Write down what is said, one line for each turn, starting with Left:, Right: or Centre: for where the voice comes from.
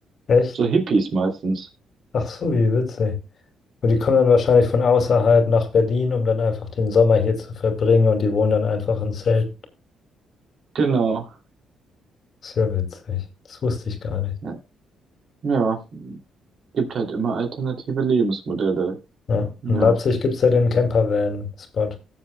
Left: Echt?
Right: So Hippies meistens.
Left: Ach so, wie witzig. Und die kommen dann wahrscheinlich von außerhalb nach Berlin, um dann einfach den Sommer hier zu verbringen und die wohnen dann einfach in Zelten.
Right: Genau.
Left: Ist ja witzig. Das wusste ich gar nicht.
Right: Ja. Ja. Gibt halt immer alternative Lebensmodelle.
Left: Ja.
Right: Ja.
Left: In Leipzig gibt es ja den Campervan-Spot.